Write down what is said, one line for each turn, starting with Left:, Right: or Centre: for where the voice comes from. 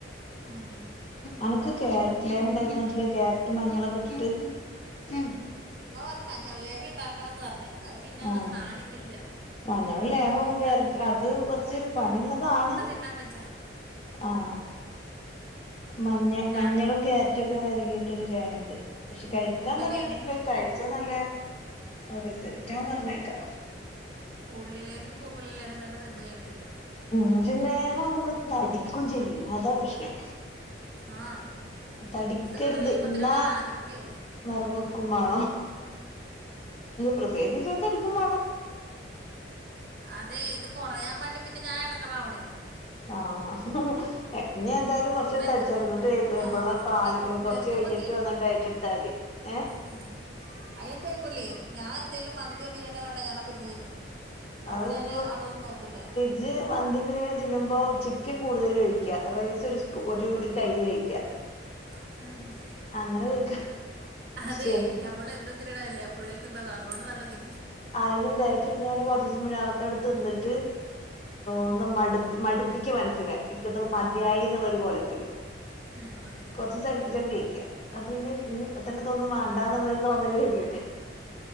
Right: ഉം
Left: അണക്ക് ക്യാരറ്റ്ലേഹം ഇണ്ടാക്കി തന്നിട്ടില്ല. ക്യാരറ്റും മഞ്ഞളൊക്കെ ഉം ഉം
Right: മ്മ പറഞ്ഞു മഞ്ഞൾ ലേഹം ഉണ്ടാക്കണം ന്ന് പറഞ്ഞ് അത് തിന്നുള
Left: ആഹ്
Right: ത്രാണിക്കില്ല.
Left: മഞ്ഞളും ലേഹവും കാരറ്റും
Right: ര
Left: അത് കുറച്ച് പണിയുള്ളതാണ്.
Right: ന്നാ വച്ച.
Left: ആഹ് മഞ്ഞ
Right: രൺ
Left: മഞ്ഞളും ക്യാരറ്റൊക്കെ വെരകീട്ടൊരു ലേഹണ്ട്. പക്ഷെ
Right: ഉം
Left: കഴിക്കാൻ
Right: ഉള്ളിലേഹ്യം
Left: പണിയാണെങ്കിലും അഅ് കഴിച്ചാ നല്ല റിസൾട്ടാ പറഞ്ഞേക്കാ.
Right: ഉള്ളിലേഹം പൂക്കലലേഹം തന്നെ തിന്ന് കഴിഞ്ഞിട്ടില്ല.
Left: ഉം ഇഞ്ചി ലേഹം നമ്മള് തടിക്കും ചെയ്യും അതാ പ്രശ്നം.
Right: ആഹ്
Left: തടിക്കരുത്
Right: ഇത് ഇങ്ങട്ട് കഴിയുമ്പത്തിന്
Left: എന്നാ
Right: വല്ല ആനക്കുട്ടിയാവും
Left: നിറം വെക്കും വേണം പ്രസവിച്ച ശേഷം തടിക്കും വേണം.
Right: അതെ ഇത് കുറയാൻ വേണ്ടി പിന്നെ ഞാൻ ഇടങ്ങേറാവണേ.
Left: ആഹ് ഇഞ്ഞി ഏതായാലും കുറചൊന്ന്
Right: ഇവർക്കിപ്പോ
Left: തടിച്ചോന്നിട്ട്
Right: ആ
Left: ഇബളെ പാല്
Right: ഇവർക്കിപ്പോ
Left: കുറച്ച് കഴിഞ്ഞിട്ട് വന്നാണ്ട് ഡയറ്റ് എടുത്താൽ മതി. ഏഹ്
Right: ഉം അയക്കൊയ്ക്കൂല്ലേ ഞാൻ എന്തേലും മന്തിയോ ബിരിയാണിയോ കണ്ടാ ഞാനപ്പരുന്ന് തിന്നും. അപ്പൊ
Left: അത്
Right: ഞാന് അതൊന്നും നോക്കൂല.
Left: ഇജ്ജ് മന്തി ബിരിയാണി തിന്നുമ്പോ ചിക്കൻ കൂടുതൽ കഴിക്യ റൈസ് ഒരു സ്പൂ ഒരു ഒരു കയിൽ കഴിക്ക്യ.
Right: ആഹ്
Left: അങ്ങനെ കഴിക്ക പക്ഷേ
Right: അതെ നമ്മൾ എന്നും തിന്നണതല്ലേ എപ്പളേൽ തിന്നണതാ അതുകൊണ്ട് നല്ല തീ
Left: അയിന് ഡയറ്റ് എടുത്തുങ്ങാണ്ട് കുറച്ചു ദിവസം മുന്ന് അതൊക്കെയെടുത്ത് തിന്നിട്ട്. ഒന്ന് മടുപ്പ് മടുപ്പിക്ക മനസ്സിനെ ഇക്കതിക്ക് മതിയായി എന്നുള്ളൊരു കോലത്തില്.
Right: മ്
Left: കുറച്ച് ദിവസം അടുപ്പിച്ചങ്ങട്ട് കഴിക്കുക. അപ്പൊ ഇനി ഇനി ഇപ്പ തന്നെ ഇതൊന്നും വേണ്ടാ എന്നുള്ളൊരു തോന്നല് വരില്ലേ.